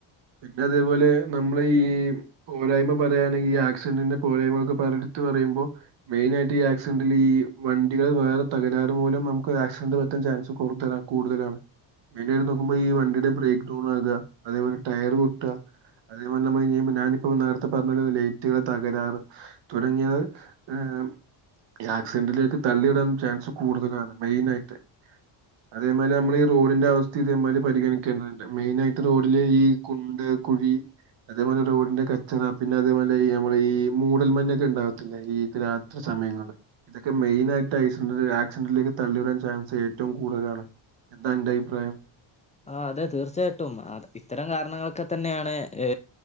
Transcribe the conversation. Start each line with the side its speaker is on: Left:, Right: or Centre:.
Right: പിന്നെ അതേപോലെ നമ്മള് ഈ പോരായ്മ പറയയാണെങ്കി ഈ ആക്സിഡന്റിന്റെ പോരായ്മകൊക്കെ പല എടുത്ത് പറയുമ്പോൾ മെയിൻ ആയിട്ട് ഈ ആക്സിഡന്ൽ ഈ വണ്ടികൾ വേറെ തകരാറ് മൂലം നമുക്ക് ആക്സിഡന്റ് പറ്റാൻ ചാൻസ് കൂടുതലാണ് കൂടുതലാണ് മെയനായിട്ട് നോക്കുമ്പോ ഈ വണ്ടിയുടെ ബ്രേക്ക് ഡൗൺ ആക അതേപോലെ ടയർ പൊട്ട്അ അതേപോലെ നമ്മൾ ഞാനിപ്പോ നേരത്തെ പറഞ്ഞ ലൈറ്റുകളെ തകരാറ് തുടങ്ങിയത് ഏഹ് ആക്സിഡന്റിലേക്ക് തള്ളി വിടൻ ചാൻസ് കൂടുതലാണ് മെയിനായിട്ട് അതേമാരി നമ്മള് റോഡിന്റെ അവസ്ഥ ഇതേമാരി പരിഗണിക്കേണ്ടതുണ്ട് മെയിനായിട്ട് റോഡില് ഈ കുണ്ട് കുഴി അതേപോലെ റോഡിന്റെ കച്ചറ പിന്നെ അതേപോലെ നമ്മൾ ഈ മൂടൽമഞ്ഞ ഇണ്ടാവത്തില്ല ഈത് രാത്രി സമയങ്ങളിൽ ഇതൊക്കെ മെയിനായിട്ട് ആയിസ്ന്ററ് ആക്സിഡന്റിലേക്ക് തള്ളി വരാൻ ചാൻസ് ഏ റ്റവും കൂടുതലാണ് എന്താ അന്റെറ അഭിപ്രായം
Left: ആഹ് അതെ തീർച്ചയായിട്ടും അ ഇത്തരം കാരണങ്ങളൊക്കെ തന്നെയാണ് ഏ